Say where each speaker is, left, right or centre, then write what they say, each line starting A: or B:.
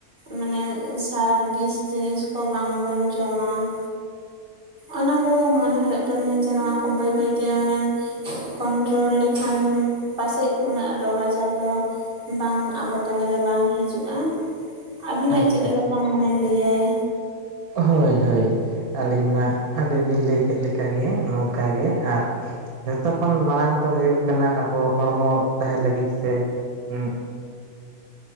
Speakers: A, on the right; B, on the right.
A: ᱢᱟᱱᱮ ᱥᱟᱨ, ᱵᱤᱥ ᱡᱤᱱᱤᱥ ᱠᱚ ᱵᱟᱝᱵᱚᱱ ᱡᱚᱢᱟ ᱾ ᱚᱱᱟ ᱠᱚ ᱢᱚᱱᱮ ᱦᱩᱭᱩᱜ ᱛᱟᱞᱤᱧᱟ ᱡᱮ ᱱᱚᱣᱟ ᱠᱚ ᱵᱟᱹᱭ ᱵᱟᱹᱭ ᱛᱮ ᱢᱟᱱᱮ ᱨᱚᱲ ᱞᱮᱠᱷᱟᱱ ᱯᱟᱥᱮᱡ ᱩᱱᱟᱹᱜ ᱨᱳᱜᱽ ᱟᱡᱟᱨ ᱫᱚ ᱵᱟᱝ ᱟᱵᱚ ᱛᱟᱞᱟᱨᱮ ᱵᱟᱝ ᱦᱤᱡᱩᱜ-ᱟ ᱾ ᱟᱵᱤᱱᱟᱜ
B: ᱟᱪᱪᱷᱟ
A: ᱪᱮᱫ
B: ᱟᱪᱪᱷᱟ
A: ᱞᱮᱠᱟ ᱢᱟᱱᱮ ᱞᱟᱹᱭ ᱟᱭ?
B: ᱦᱳᱭ ᱦᱳᱭ ᱟᱹᱞᱤᱧ ᱢᱟ ᱟᱹᱵᱤᱱ ᱵᱤᱱ ᱞᱟᱹᱭ ᱠᱮᱫ ᱞᱮᱠᱟ ᱚᱱᱠᱟᱜᱮ ᱱᱚᱝᱠᱟ ᱜᱮ ᱟᱨ ᱡᱚᱛᱚ ᱠᱷᱚᱱ ᱢᱟᱲᱟᱝ ᱫᱚ ᱦᱩᱭᱩᱜ ᱠᱟᱱᱟ ᱟᱵᱚ ᱦᱚᱲᱢᱚ ᱛᱟᱦᱮᱸ ᱞᱟᱹᱜᱤᱫ ᱥᱮ ᱩᱸ <inaudible>